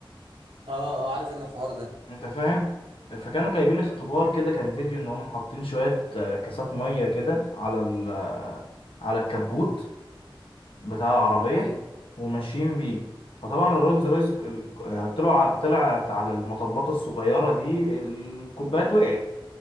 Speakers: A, on the right; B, on the left.
A: اه اه عارف ان الحوار ده
B: انت فاهم فكانوا جايبين اختبار
A: مم.
B: كده كان فيديو ان هم حاطين شوية آه، كاسات مية كده على ال آه، على الكبوت بتاع العربية
A: ايوه
B: وماشيين بيه فطبعا الرولز رويز ال- آه، طلعوا على- طلعت على المطبات الصغيرة دي الكوبايات وقعت